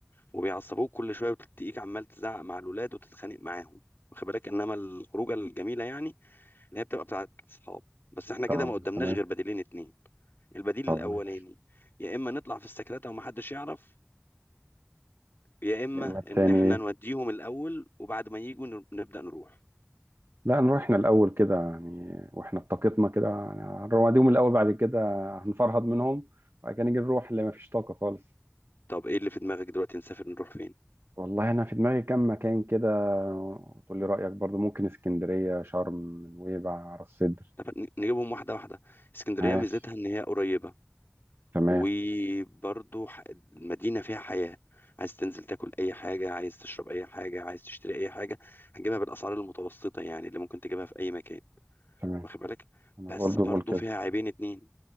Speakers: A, on the left (about 60°); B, on the right (about 70°).
A: وبيعصبوك كل شويه وتلاقيك عمال تزعق مع الولاد وتتخانق معاهم واخد بالك انما الخروجه الجميله يعني اللي هي بتبقى بتاعت اصحاب بس احنا
B: طب
A: كده ما قدامناش
B: تمام
A: غير بديلين اتنين البديل
B: طب
A: الاولاني
B: ما
A: يا اما نطلع في السكرات ومحدش يعرف يا اما
B: التاني
A: ان
B: تاني
A: احنا
B: ايه؟
A: نوديهم الاول وبعد ما يجوا نر- نبدا نروح
B: لا نروحنا الأول كده يعني واحنا بطاقتنا كده نرميهم الأول بعد كده هنفرهد منهم وبعد كده نيجي نروح اللي ما فيش طاقة خالص
A: طب ايه اللي في دماغك دلوقتي نسافر نروح فين
B: والله أنا في دماغي كام مكان كده وتقول لي رأيك برضو ممكن اسكندرية شرم نويبع راس سدر
A: طب ن- نجيبهم واحده واحده اسكندريه
B: ماشي
A: ميزتها ان هي قريبه
B: تمام
A: وبرضه ح- المدينه فيها حياه عايز تنزل تاكل اي حاجه عايز تشرب اي حاجه عايز تشتري اي حاجه هتجيبها بالاسعار المتوسطه يعني اللي ممكن تجيبها في اي مكان
B: تمام
A: واخد بالك
B: أنا
A: بس
B: برضو
A: برضه
B: بقول كده
A: فيها عيبين اتنين